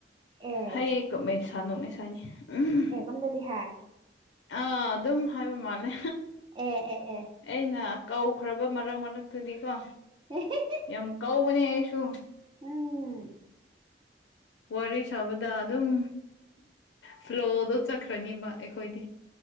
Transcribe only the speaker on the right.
ꯑꯦ
ꯑꯦ ꯀꯣꯝꯗꯗꯤ ꯍꯥꯏ
ꯑꯦ ꯑꯦ ꯑꯦ
<unintelligible>
ꯎꯝ